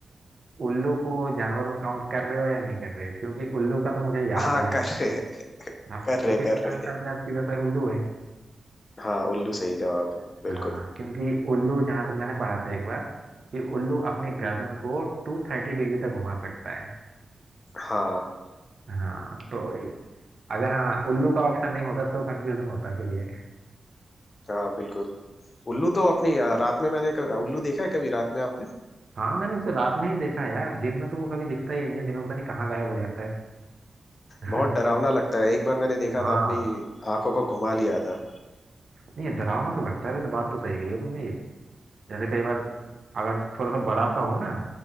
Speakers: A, on the right; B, on the left.
A: उल्लू को जानवर में काउंट कर रहे हो या नहीं कर रहे हो क्योंकि उल्लू का तो मुझे याद
B: हाँ
A: है जहाँ
B: कर
A: तक
B: रहे हैं,
A: हाँ
B: कर
A: तो
B: रहे
A: फिर इसका
B: कर रहे
A: आंसर तो यार सीधा सा उल्लू है
B: हाँ उल्लू सही जवाब है बिल्कुल
A: हाँ क्योंकि उल्लू जहाँ तक मैंने पढ़ा था एक बार कि उल्लू अपनी
B: हम्म,
A: गर्दन को टू थर्टी डिग्री तक घुमा सकता है
B: हाँ
A: हाँ तो ये- अगर हाँ उल्लू का ऑप्शन नहीं होता तो कंफ्यूजन होता फिर ये
B: हाँ बिल्कुल उल्लू तो अपनी अ, रात में मैंने क- उल्लू देखा है कभी रात में आपने
A: हाँ मैंने उसे रात में ही देखा है यार दिन में तो वो कभी दिखता ही नहीं है दिन में पता नहीं कहाँ गायब हो जाता है <laughs>
B: बहुत डरावना लगता है एक बार मैंने देखा
A: हाँ
B: था अपनी आंखों को घुमा लिया था
A: नहीं डरावना तो लगता है वैसे बात तो सही कही है तुमने जैसे कई बार अगर थोड़ा सा बड़ा सा हो ना